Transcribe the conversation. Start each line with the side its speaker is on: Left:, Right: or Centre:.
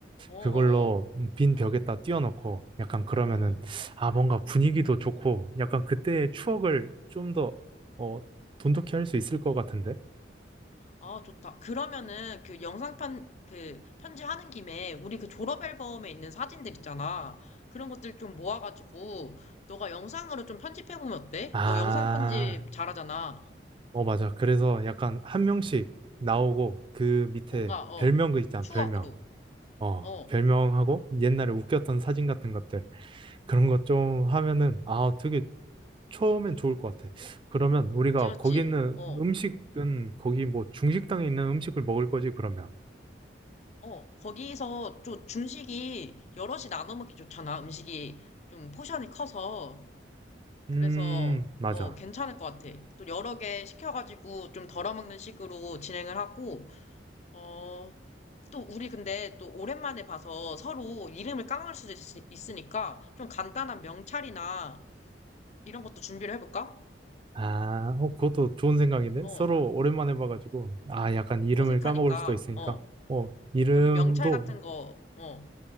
Left: 어, 어,
Right: 그걸로
Left: 어,
Right: 빈 벽에다 띄워놓고 약간 그러면은
Left: 어.
Right: 아 뭔가 분위기도 좋고 약간 그때의 추억을 좀 더 어, 돈독히 할 수 있을 것 같은데
Left: 아, 좋다. 그러면은 그 영상 편, 그 편집하는 김에 우리 그 졸업 앨범에 있는 사진들 있잖아. 그런 것들 좀 모아가지고 너가 영상으로 좀 편집해보면 어때?
Right: 아,
Left: 너 영상 편집 잘하잖아.
Right: 어 맞아 그래서 약간 한 명씩 나오고 그 밑에
Left: 뭔가, 어,
Right: 별명 그 있잖아
Left: 추억으로.
Right: 별명 어
Left: 어,
Right: 별명하고 옛날에 웃겼던 사진 같은 것들 그런 것 좀 하면은 아 되게 처음엔 좋을 것 같아 그러면 우리가
Left: 맞지, 맞지?
Right: 거기 있는
Left: 어,
Right: 음식은 거기 뭐 중식당에 있는 음식을 먹을 거지 그러면
Left: 어. 거기서 좀 중식이 여럿이 나눠 먹기 좋잖아. 음식이 좀 포션이 커서. 그래서
Right: 음, 맞아.
Left: 어, 괜찮을 것 같아. 또 여러 개 시켜가지고 좀 덜어먹는 식으로 진행을 하고, 어, 또 우리 근데 또 오랜만에 봐서 서로 이름을 깡을 수도 있, 으니까좀 간단한 명찰이나 이런 것도 준비를 해볼까?
Right: 아, 어, 그것도 좋은 생각인데?
Left: 어,
Right: 서로 오랜만에 봐가지고, 아, 약간 이름을
Left: 어색하니까,
Right: 까먹을 수도 있으니까,
Left: 어,
Right: 어, 이름도
Left: 여기 명찰 같은 거, 어,